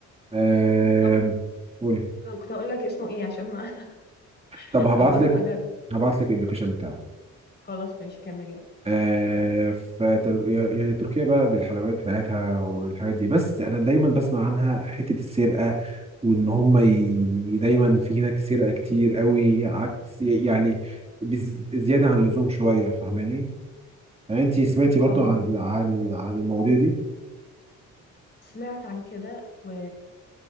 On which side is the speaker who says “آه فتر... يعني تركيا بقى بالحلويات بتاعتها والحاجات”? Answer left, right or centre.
Right